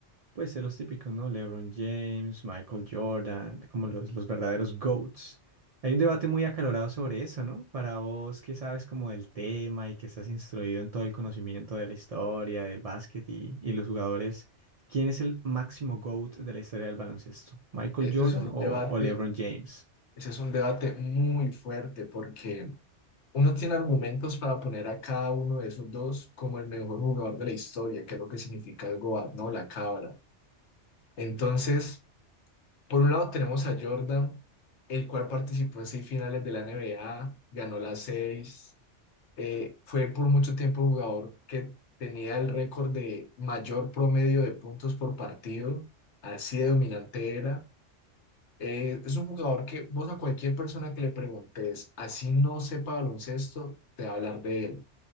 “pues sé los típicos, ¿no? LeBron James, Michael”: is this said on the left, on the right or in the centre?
Right